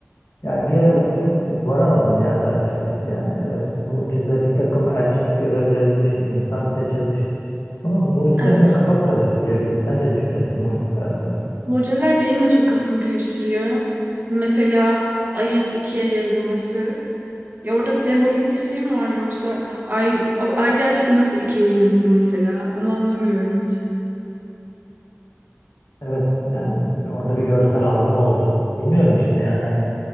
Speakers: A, on the left; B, on the right.
A: yani bir yere çok varamadım yani ben açıkçası yani evet mucize bir takım elçilik görev verilmiş insan seçilmiş ama mucize
B: Evet.
A: bile kafa karıştırıyor gibi sen ne düşünüyorsun mucizeler hakkında?
B: Mucizeler benim de çok kafamı karıştırıyor. Mesela ayın ikiye yarılması. Ya orada sembolik bir şey mi var yoksa ay ay gerçekten nasıl ikiye yarıldı mesela? Onu anlamıyorum hiç.
A: Evet yani orada bir görsel algım oldu bilmiyorum işte yani hani